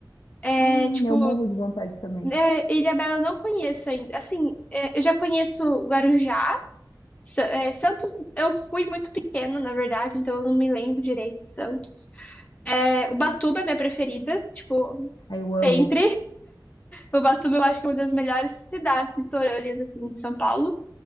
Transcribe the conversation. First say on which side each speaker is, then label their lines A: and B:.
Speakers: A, on the left (about 20°); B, on the left (about 75°).
A: É,
B: Hum,
A: tipo,
B: eu morro de vontade também.
A: É, Ilhabela eu não conheço ainda. Assim, é, eu já conheço Guarujá. Sa- é, Santos, eu fui muito pequena, na verdade, então eu não me lembro direito de Santos. É, Ubatuba é minha preferida, tipo,
B: Aí eu amo.
A: sempre. Ubatuba eu acho que é uma das melhores cidades litorâneas, assim, de São Paulo.